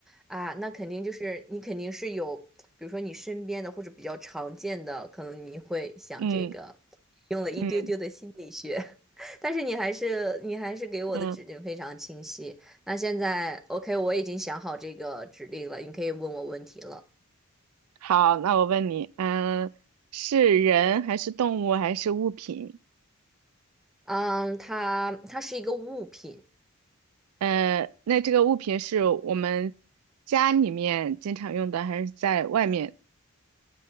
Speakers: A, in the centre; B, on the right.
A: 啊，那肯定就是你肯定是有，比如说你身边的或者比较常见的，可能你会想这个，
B: 嗯
A: 用了一丢丢的心理学，
B: 嗯
A: <laughs> 但是你还是你还是给我的指令非常清晰。
B: 嗯，
A: 那现在 OK，我已经想好这个指令了，你可以问我问题了。
B: 好，那我问你，嗯，是人还是动物还是物品？
A: 嗯，它它是一个物品。
B: 呃，那这个物品是我们家里面经常用的，还是在外面？